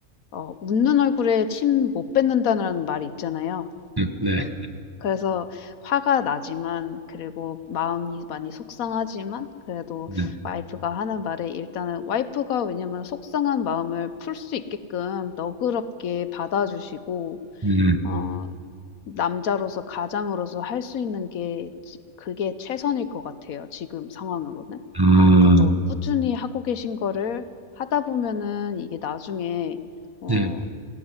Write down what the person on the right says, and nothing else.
예, 네,
네,
네,
아,
네,